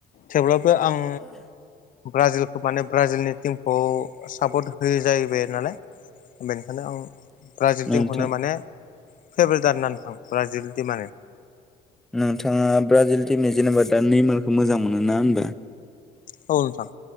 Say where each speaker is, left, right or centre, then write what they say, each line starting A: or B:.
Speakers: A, on the left; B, in the centre.
A: थेवब्लाबो आं ब्राजिलखौ माने ब्राजिलनि
B: औ
A: टिमखौ सापर्ट होयो जाहैबाय नालाय बेनिखायनो आं ब्राजिल
B: नोंथां
A: थिमखौनो माने फेभ्रेट आरोना नोंथां ब्राजिल थिमानो
B: नोंथाङा ब्राजिल टिमनि जेनेबा दा नेमारखौ मोजां मोनो ना होनबा <inaudible>
A: औ नोंथां